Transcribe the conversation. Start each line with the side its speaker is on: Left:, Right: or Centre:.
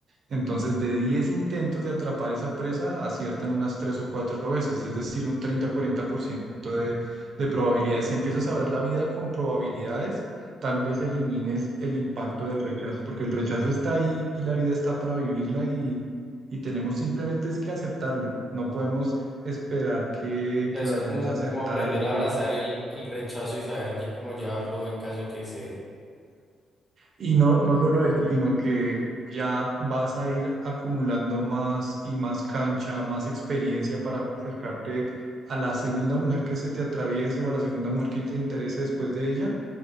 Right: Entonces, de 10 intentos de atrapar esa presa, aciertan unas 3 o 4 veces, es decir, un treinta cuarenta por ciento de, de probabilidades. Si empiezas a ver la vida con probabilidades, tal vez elimines el impacto del rechazo, porque el rechazo está ahí y la vida está para vivirla y, y tenemos simplemente es que aceptarlo. No podemos esperar que,
Left: O
Right: que
Left: sea, es
Right: vayamos
Left: como,
Right: a acertar
Left: como aprender
Right: y que...
Left: a abrazar el, el rechazo y saber lle- cómo llevarlo en caso de que se... dé.
Right: Y no, no solo eso, sino que ya vas a ir acumulando más y más cancha, más experiencia para acercarte a la segunda mujer que se te atraviese o a la segunda mujer que te interese después de ella,